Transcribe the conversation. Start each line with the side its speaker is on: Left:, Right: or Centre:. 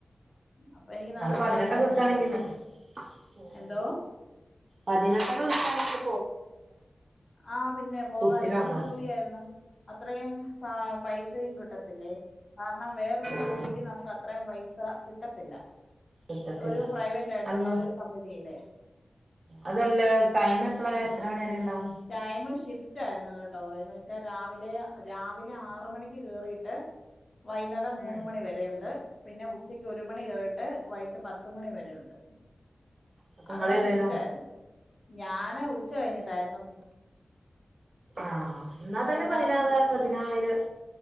Left: അപ്പൊ എനിക്ക്
Right: ന്നാലും
Left: നല്ല
Right: പതിനെട്ടൊക്കെ
Left: സാലറി
Right: കിട്ടാണെങ്കി
Left: ഉണ്ടായിരുന്നു
Right: നല്ല പോവും
Left: എന്തോ
Right: പതിനെട്ടൊക്കെ കിട്ടാണങ്കി
Left: ആഹ് പിന്നെ പോകായിരുന്നു
Right: കുട്ടിനോക്കാ
Left: നല്ല ജോലിയായിരുന്നു അത്രയും സാ പൈസയും കി ട്ടത്തില്ലേ കാരണം വേറൊരു ജോലിക്ക്
Right: ഓ
Left: നമുക്ക് അത്രേം പൈസ കിട്ടത്തില്ല
Right: കിട്ടത്തില്ല
Left: ഒരു പ്രൈവറ്റ് ആയിട്ടുള്ള
Right: അല്ല
Left: ഒരു കമ്പനിയിലെ
Right: അതല്ല ടൈം എപ്പള എത്ര വരെ ഉണ്ടാവും
Left: ടൈമ് ഷിഫ്റ്റ് ആയിരുന്നു കേ ട്ടോ എന്ന് വെച്ചാ രാവിലെ രാവിലെ ആറ് മണിക്ക് കേറിട്ട് വൈന്നേടം
Right: ഉം
Left: മൂന്ന് മണി വരെയുണ്ട് പിന്നെ ഉച്ചക്ക് ഒരു മണി കേട്ട് വൈകിട്ട് പത്തുമണി വരെയുണ്ട്
Right: അപ്പൊ
Left: അങ്ങനെ
Right: നിങ്ങള് ഏതേനു
Left: ഷിഫ്റ്റ് ആയിരുന്നു ഞാന് ഉച്ച കഴിഞ്ഞിട്ടായിരുന്നു
Right: ആ ആ എന്നാ തന്നെ
Left: രണ്ടാമത്തെ
Right: പതിനാറ്‌പതിനായിരം
Left: ഷിഫ്റ്റില്